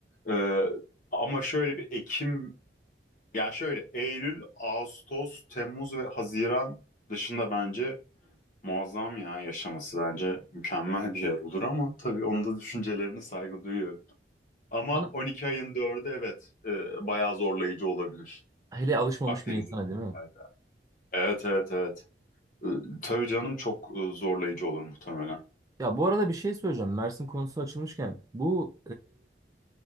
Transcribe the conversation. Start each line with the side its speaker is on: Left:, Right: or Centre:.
Left: E, ama şöyle bir Ekim yani şöyle Eylül, Ağustos, Temmuz ve Haziran dışında bence muazzam ya yaşaması bence mükemmel bir yer olur ama tabii onun da düşüncelerine saygı duyuyorum. Ama
Right: Bana
Left: 12 ayın 4'ü evet e, bayağı zorlayıcı olabilir
Right: hele alışmamış
Left: Akdeniz'in.
Right: bir insana
Left: bu
Right: değil mi?
Left: sayede. Evet evet evet. E, tabii canım çok e, zorlayıcı olur muhtemelen.
Right: Ya bu arada bir şey söyleyeceğim. Mersin konusu açılmışken bu